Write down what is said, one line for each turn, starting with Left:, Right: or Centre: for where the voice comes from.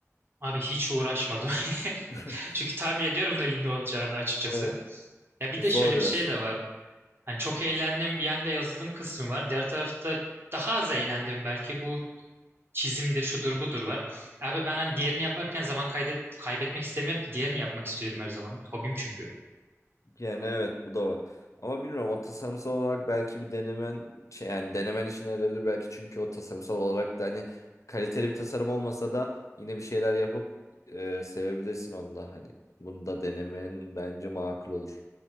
Right: Abi hiç uğraşmadım. <laughs>
Left: <laughs>
Right: Çünkü tahmin ediyorum da iyi ne olacağını açıkçası.
Left: Evet
Right: Ya bir
Left: zor
Right: de şöyle
Left: biraz.
Right: bir şey de var. Hani çok eğlendim bir yanda yazılım kısmı var. Diğer tarafta daha az eğlendim belki bu çizimdir, şudur budur var. Abi ben hani diğerini yaparken zaman kaydet kaybetmek istemiyorum ki diğerini yapmak istiyorum her zaman. Hobim çünkü.
Left: Yani evet bu da var. Ama bilmiyorum o tasarımsal olarak belki bir denemen şey yani denemen işine yarayabilir belki çünkü o tasarımsal olarak da hani kaliteli bir tasarım olmasa da yine bir şeyler yapıp e, sevebilirsin onu da hani bunu da denemen bence makul olur.